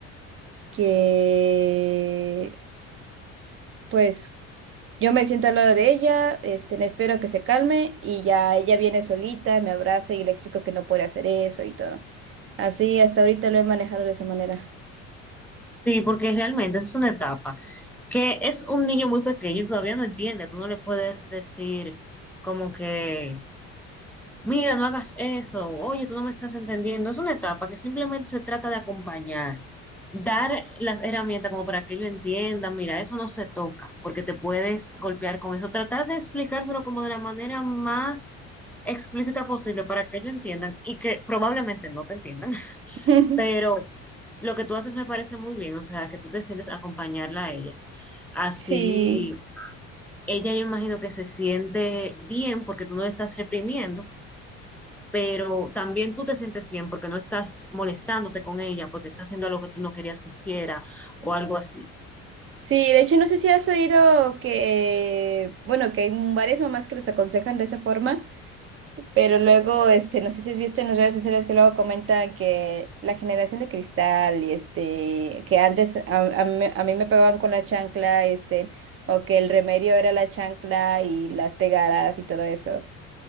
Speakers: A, on the right (about 45°); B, in the centre.
A: que, pues... Yo me siento al lado de ella, este, le espero que se calme y ya ella viene solita, me abraza y le explico que no puede hacer eso y todo. Así hasta ahorita lo he manejado de esa manera.
B: Sí, porque realmente es una etapa que es un niño muy pequeño y todavía no entiende. Tú no le puedes decir como que mira, no hagas eso, oye, tú no me estás entendiendo. Es una etapa que simplemente se trata de acompañar, dar las herramientas como para que ellos entiendan, mira, eso no se toca, porque te puedes golpear con eso. Tratar de explicárselo como de la manera más explícita posible para que ellos entiendan y que probablemente no te entiendan, <laughs>
A: <laughs>
B: pero lo que tú haces me parece muy bien, o sea, que tú te sientes a acompañarla a ella. Así,
A: Sí,
B: ella yo imagino que se siente bien porque tú no le estás reprimiendo pero también tú te sientes bien porque no estás molestándote con ella, porque está haciendo algo que tú no querías que hiciera o algo así.
A: sí, de hecho no sé si has oído que, eh, bueno, que hay varias mamás que les aconsejan de esa forma, pero luego, este, no sé si has visto en las redes sociales que luego comentan que la generación de cristal y este, que antes a, a mí, a mí me pegaban con la chancla, este, o que el remedio era la chancla y las pegadas y todo eso.